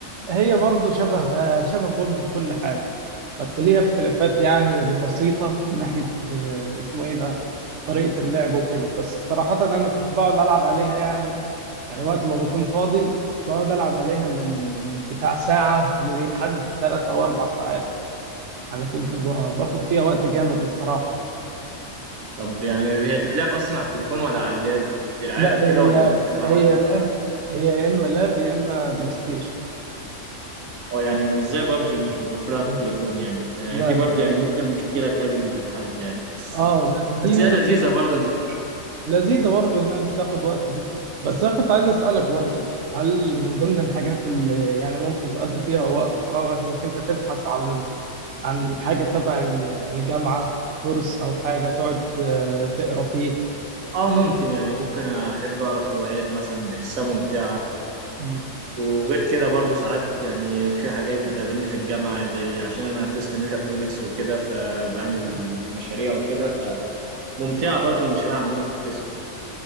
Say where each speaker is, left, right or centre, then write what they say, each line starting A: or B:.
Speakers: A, on the right; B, on the right.
A: هي برضه شبه آه، شبه ببجي في كل حاجه بس ليها اختلافات يعني بسيطة من ناحية آه، اسمه ايه ده طريقة اللعب وكده بس صراحة أنا كنت بقعد ألعب عليها يعني يعني وقت ما بكون فاضي بقعد ألعب عليها من بتاع ساعة لحد ثلاث أو أربع ساعات يعني كنت ب- باخد فيها وقت جامد الصراحة
B: طب يعني هي تتلعب اصلا على التليفون ولا على اللاب بدراعات
A: لا
B: وكده
A: هي
B: ولا ممكن العبها
A: هي
B: على التليفون
A: لا هي يا إما لاب يا إما بلاي ستيشن
B: اه يعني مش زي بابجي مش متوفره
A: مم.
B: على التليفون يعني آه،
A: لا
B: دي برضه
A: لا
B: يعني ممكن مشكله تقابل حد يعني بس
A: اه لا
B: بس
A: دي
B: هي لذيذه برضه انك
A: لذيذة برضه إنها بتاخد وقت فيه بس أنا كنت عايز أسألك برضه هل من ضمن الحاجات اللي يعني ممكن تقضي فيها وقت فراغك إنك أنت تبحث عن عن حاجة تبع ال- الجامعة كورس أو حاجة تقعد آه، تقرا فيه
B: اه ممكن يعني ممكن احب اقرا في روايات مثلا بحسها ممتعه
A: مم.
B: وغير كده برضو ساعات يعني في حاجات بتقابلني في الجامعه زي عشان انا قسم ميكاترونكس وكده فبعمل
A: آه،
B: مشاريع وكده فممتعه برضو المشاريع عندنا في القسم